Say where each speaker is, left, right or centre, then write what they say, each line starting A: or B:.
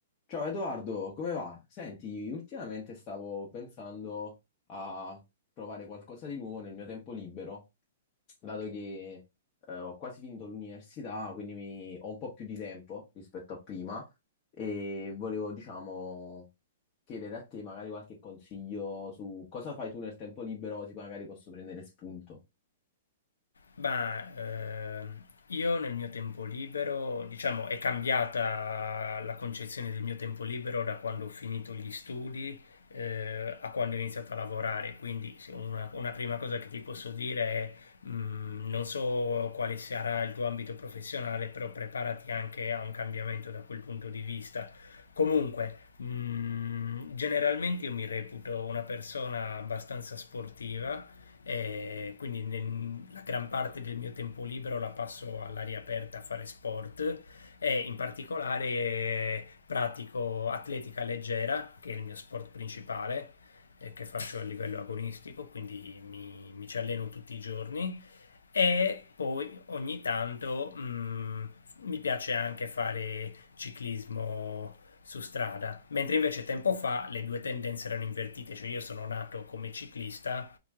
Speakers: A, on the left; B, on the left.
A: Ciao Edoardo, come va? Senti, ultimamente stavo pensando a provare qualcosa di nuovo nel mio tempo libero, dato che eh, ho quasi finito l'università, quindi mi- ho un po' più di tempo rispetto a prima e volevo, diciamo, chiedere a te magari qualche consiglio su cosa fai tu nel tempo libero, così magari posso prendere spunto.
B: Ma ehm, io nel mio tempo libero, diciamo, è cambiata la concezione del mio tempo libero da quando ho finito gli studi, eh, a quando ho iniziato a lavorare. Quindi se una, una prima cosa che ti posso dire è, mh, non so quale sarà il tuo ambito professionale, però preparati anche a un cambiamento da quel punto di vista. Comunque, mh, generalmente io mi reputo una persona abbastanza sportiva eh, quindi nel- la gran parte del mio tempo libero la passo all'aria aperta a fare sport e in particolare eh, pratico atletica leggera, che è il mio sport principale, eh, che faccio a livello agonistico, quindi mi, mi ci alleno tutti i giorni e poi ogni tanto mm, mi piace anche fare ciclismo su strada, mentre invece tempo fa le due tendenze erano invertite, cioè io sono nato come ciclista,